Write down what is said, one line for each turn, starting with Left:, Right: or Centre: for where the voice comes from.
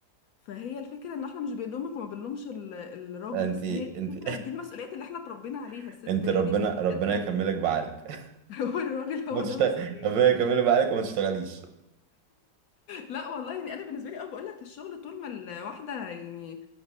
Left: فهي الفكرة ان احنا مش بنلومك وما بنلومش ال- الراجل
Right: انت
Left: بس
Right: انت
Left: هي الفكرة دي المسؤوليات اللي احنا اتربينا عليها
Right: <laughs>
Left: الست
Right: انت
Left: هي
Right: ربنا
Left: دي مسؤولياتها
Right: ربنا يكملك بعقلك <laughs>
Left: <laughs> والراجل
Right: ما
Left: هو
Right: تشتغل
Left: ده مسؤوليته
Right: ربنا يكملك بعقلك وما تشتغليش
Left: لا والله يعني انا بالنسبه لي اه بقول لك الشغل طول ما الواحده يعني